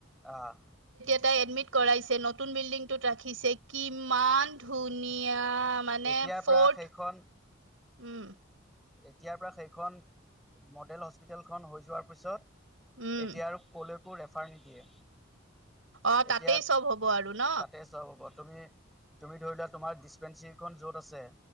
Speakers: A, in the centre; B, on the right (about 80°).
A: আহ।
B: এ এডমিট কৰাইছে, নতুন বিল্ডিংটোত ৰাখিছে, কিমান ধুনীয়া। অ' মানে
A: এতিয়াৰ
B: ফৰ্ট
A: পৰা সেইখন
B: উম।
A: এতিয়াৰ পৰা সেইখন মডেল হস্পিটেলখন হৈ যোৱাৰ পিছত
B: উম
A: এতিয়া আৰু ক'লৈকো ৰেফাৰ নিদিয়ে।
B: অ
A: এতিয়া
B: তাতেই চব হ'ব আৰু ন
A: তাতে চব হব। তুমি, তুমি ধৰি লোৱা তোমাৰ ডিচপেঞ্চৰী খন য'ত আছে,